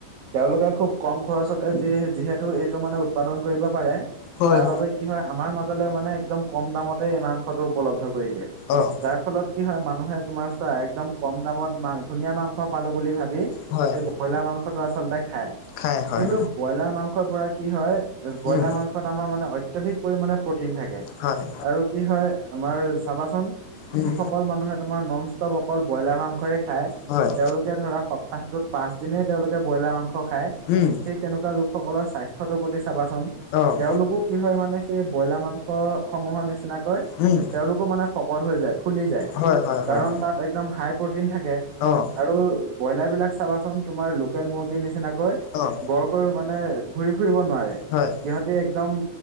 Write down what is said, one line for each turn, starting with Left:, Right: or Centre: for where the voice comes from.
Right: তেওঁলোকে খুব কম খৰচতে যি যিহে টো এইটো মানে উৎপাদন কৰিব পাৰে
Left: হয়।
Right: তাৰ বাবে কি হয়? আমাৰ মাজলৈ মানে একদম কম দামতে এই মাংসটো উপলব্ধ কৰি দিয়ে।
Left: যায়। অ'।
Right: যাৰ ফলত কি হয় মানুহে তোমাৰ চোৱা, একদম কম দামত মা ধুনীয়া মাংস পা পালোঁ বুলি ভাবি
Left: হয়।
Right: এই ব্ৰইলাৰ মাংসটো আচলতে খায়
Left: খাই হয়।
Right: কিন্তু ব্ৰইলাৰ মাংসৰ পৰা কি হয় এই ব্ৰইলাৰ
Left: উম।
Right: মাংসত আমাৰ মানে অত্যাধিক পৰিমাণে প্ৰটিন থাকে
Left: হয়,
Right: আৰু কি হয় আমাৰ চাবাচোন
Left: উম।
Right: যিসকল মানুহে তোমাৰ নন ষ্টপ অকল ব্ৰইলাৰ মাংসই খায়
Left: হয়,
Right: তেওঁলোকে ধৰা সপ্তাহটোত পাচ দিনেই তেওঁলোকে ব্ৰইলাৰ মাংস খায় সেই
Left: উম,
Right: তেনেকুৱা লোকসকলৰ স্বাস্থ্যটোৰ প্ৰতি চাবাচোন?
Left: অ',
Right: তেওঁলোকো কি হয় মানে সেই ব্ৰইলাৰ মাংসসমূহৰ নিচিনাকৈ
Left: উম।
Right: তেওঁলোকো মানে শকত হৈ যায়, ফুলি যায়
Left: হয়, হয়, হয়।
Right: কাৰণ তাত একদম হাই প্ৰটিন থাকে
Left: অ',
Right: আৰু ব্ৰইলাৰবিলাক চাবাচোন তোমাৰ লোকেল মুৰ্গিৰ নিচিনাকৈ
Left: অ',
Right: বৰকৈ মানে ঘুৰি ফুৰিব নোৱাৰে,
Left: হয়,
Right: সিহঁতে এক দম